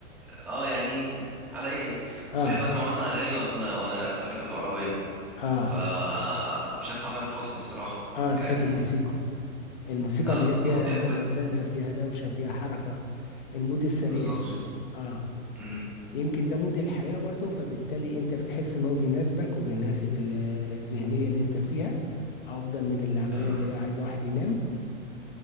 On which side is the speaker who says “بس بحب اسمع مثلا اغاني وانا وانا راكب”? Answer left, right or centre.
Centre